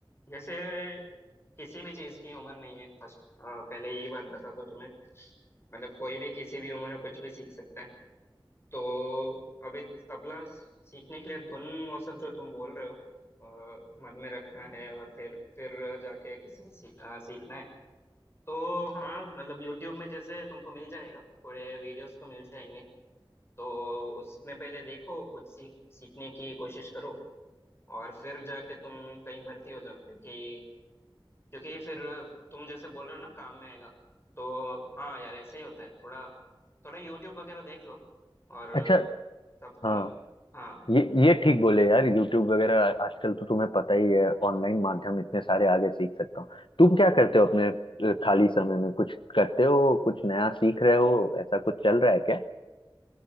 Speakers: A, on the left (about 30°); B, on the left (about 70°).
A: जैसे किसी भी चीज की उम्र नहीं है फर्स्ट पहले यही बात बता दो तुम्हें मतलब कोई भी किसी भी उम्र में कुछ भी सीख सकता है तो अभी तबला सीखने के लिए धुन वो सब जो तुम बोल रहे हो अ, मन में रखना है और फिर फिर जाके किसी से सीख, अ, सीखना है तो हाँ मतलब यूट्यूब में जैसे तुमको मिल जाएगा थोड़े वीडियोस तो मिल जाएंगे तो उसमें पहले देखो कुछ सीख सीखने की कोशिश करो और फिर जाके तुम कहीं भर्ती हो जाओ क्योंकि क्योंकि फिर तुम जैसे बोल रहे हो ना काम में आएगा तो हाँ यार ऐसे ही होता है थोड़ा थोड़ा यूट्यूब वगैरह देख लो और
B: अच्छा
A: तब तुम्हें
B: हाँ
A: हाँ
B: ये ये ठीक बोले यार यूट्यूब वगैरह आजकल तो तुम्हें पता ही है ऑनलाइन माध्यम इतने सारे आगे सीख सकता हूँ तुम क्या करते हो अपने अ, खाली समय में कुछ करते हो कुछ नया सीख रहे हो ऐसा कुछ चल रहा है क्या